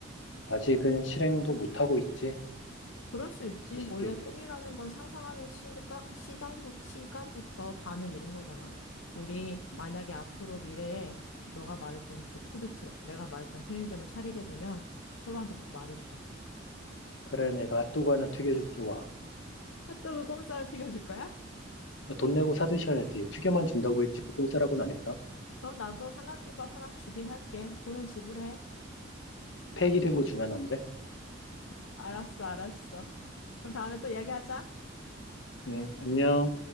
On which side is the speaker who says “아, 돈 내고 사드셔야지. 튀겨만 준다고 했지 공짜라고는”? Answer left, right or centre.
Left